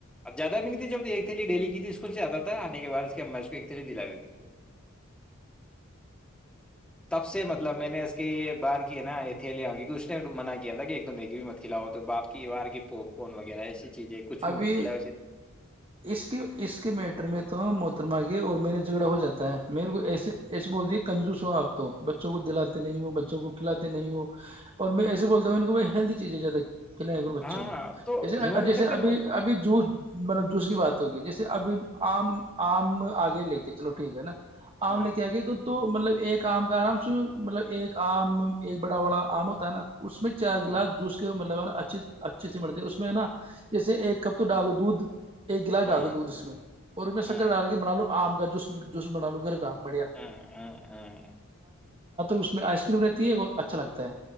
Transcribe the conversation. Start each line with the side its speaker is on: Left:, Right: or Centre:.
Centre: جیاد بھی نہیں جب ایک تھھیلی ڈیلی کی تھی اسکول سے آتا تھا آنے کےع اس کی ہم اس کو ایک تھلی دلا دیھی <inaudible> تب سے مطلب میں نے ای بار کی نا یہ تھیلیا ہوگی کہ اس نے منع کیا تھا کہ ایک د میگی بھی مت کھلاؤ تو باپ کی بار کی پوپ کون وغیرہ ایسی چیزیں کچھ
Right: ابھی
Centre: بھی مت کھلاؤ ایسی
Right: اس کی اس کے میٹر میں تو ہے موتی مگے اور میرے جھگڑا ہو جاتا ہے میرے کو ایسے ایسے بول دی کنجوس ہو آپ بچوں کو دلاتے نہیں ہو بچوں کو کھلاتے نہیں ہو اور میں ایسے بولتا ہوں ان کو میں ہیلی چیزیں جیادہ کل بچوں
Centre: ہاں
Right: کو
Centre: تو
Right: جیسے
Centre: نوک
Right: جیسے
Centre: گھر
Right: ابھی
Centre: پہ نو
Right: جوس مطلب جوس کی بات ہوگی جیسے ابھی آم آم آگے لے کے چلو ٹھیک ہے نا آم
Centre: ہوں
Right: لے کے آ گئے دھ تو مطلب ایک آم کا آرام س مطلب ایک آم ایک بڑا بڑا آم ہوتا ہے نا اس میں چار
Centre: ہوں
Right: گلاس جوس کے مطلب نا اچ اچھے سے مرتے اس میں ہے نا جیسے ایک کپ تو ڈالو دودھ ایک گلاس
Centre: ہوں
Right: ڈال دو دودھ اس میں اور اس میں سکر
Centre: ہوں
Right: ڈال کے بنا لو آم <inaudible> بڑھیا
Centre: ہوں ہوں
Right: اس میں آئس کریم رہتی ہے اور اچھا لگتا ہے